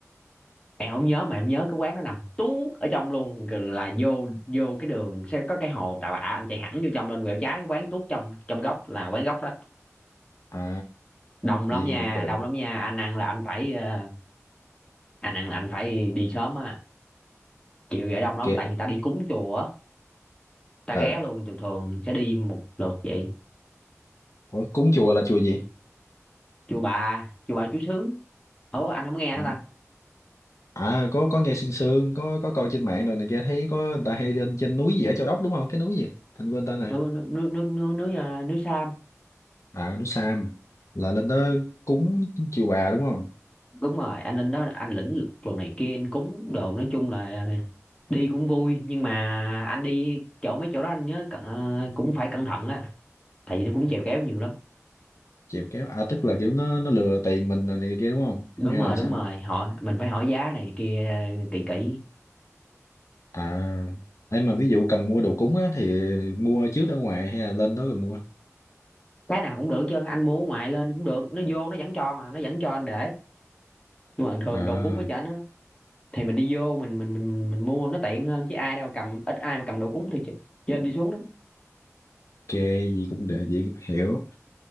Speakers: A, on the left (about 20°); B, on the left (about 65°).
A: em không nhớ mà em nhớ cái quán nó nằm tuốt ở trong luôn rồi là vô vô cái đường sẽ có cái hồ Tà Bạ anh chạy thẳng vô trong lên quẹo trái cái quán tuốt trong trong góc là quán gốc đó
B: À,
A: đông lắm
B: vậy
A: nha
B: thì cũng được.
A: đông lắm nha anh ăn là anh phải ờ, anh ăn là anh phải đi sớm á chiều vậy đông
B: Ok.
A: lắm tại người ta đi cúng chùa á ta
B: À,
A: ghé luôn thường thường sẽ đi một lượt vậy
B: ủa, cúng chùa là chùa gì?
A: chùa bà chùa bà Chúa Xứ ủa anh không nghe
B: À,
A: hả ta
B: à có có nghe sương sương có có coi trên mạng rồi này kia thấy có người ta hay lên trên núi gì ở Châu Đốc đúng không cái núi gì thành quên tên này
A: núi núi núi núi núi núi, à, núi Sam
B: à núi Sam là lên đó cúng chiều bà đúng không
A: đúng rồi anh lên đó anh lĩnh lực đồ này kia anh cúng đồ nói chung là đi cũng vui nhưng mà anh đi chỗ mấy chỗ đó anh nhớ cẩn- ờ, cũng phải cẩn thận á tại vì nó cũng chèo kéo nhiều lắm
B: chiều kéo à tức là kiểu nó nó lừa tiền mình rồi này kia đúng không
A: đúng
B: hay
A: rồi
B: là sao
A: đúng rồi họ mình phải hỏi giá này kia kỹ kỹ
B: à em mà ví dụ cần mua đồ cúng á thì mua trước ở ngoài hay là lên đó rồi mua
A: cái nào cũng được chứ anh mua ở ngoài lên cũng được nó vô nó vẫn cho mà nó vẫn cho anh để nhưng mà thường
B: à
A: đồ cúng với cho nó thì mình đi vô mình mình mình mình mua nó tiện hơn chứ ai đâu cầm ít ai mà cầm đồ cúng thì ch- trên đi xuống lắm
B: ok gì cũng để gì hiểu